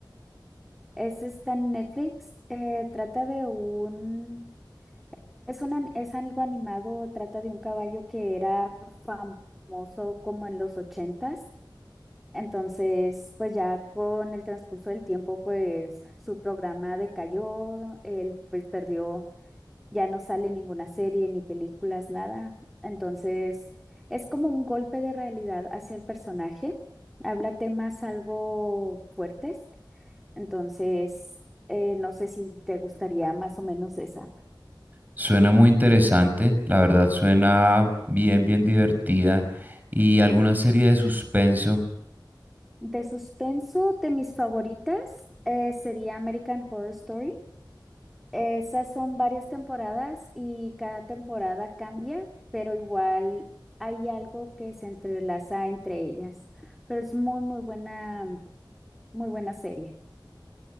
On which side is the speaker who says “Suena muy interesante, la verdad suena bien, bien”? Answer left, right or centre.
Right